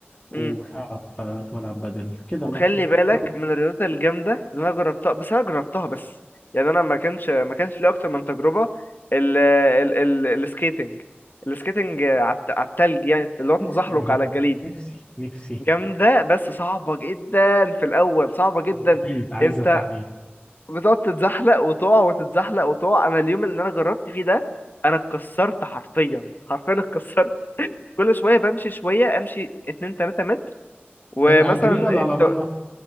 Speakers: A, on the left; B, on the left.
A: وساعه
B: امم
A: في في ملعب بدل كده
B: وخلي
A: مره
B: بالك
A: مره
B: من الرياضات الجامدة اللي انا جربتها بس انا جربتها بس يعني انا ما كانش ما كانش لي اكتر من تجربة ال ال ال السكيتنج السكيتنج على الت- على التلج يعني اللي هو التزحلق
A: نفسي اجربها
B: على الجليد
A: نفسي نفسي
B: جامدة بس صعبة جدا في الأول صعبة جدا
A: آه، اكيد عايزه
B: انت
A: تعليم
B: بتقعد تتزحلق وتقع وتتزحلق وتقع انا اليوم اللي انا جربت فيه ده انا اتكسرت حرفيا حرفيا اتكسرت كل شويه بمشي شويه امشي 2 3 متر ومثلا
A: على الجليد ولا على الرمله
B: ت-